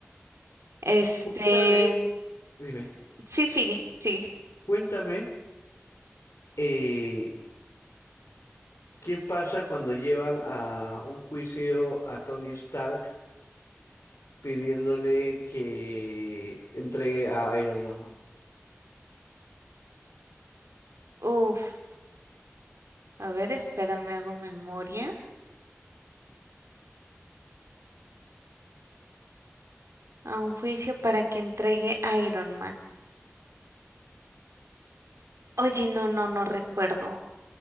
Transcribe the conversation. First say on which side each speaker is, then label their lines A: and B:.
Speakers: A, on the right; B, on the left.
A: Este,
B: Cuéntame, dime,
A: sí, sigue, sigue.
B: cuéntame eh, ¿Qué pasa cuando llevan a un juicio a Tony Stark pidiéndole que entregue a Iron Man?
A: Uf, a ver, espérame, hago memoria. A un juicio para que entregue a Iron Man. Oye, no, no, no recuerdo.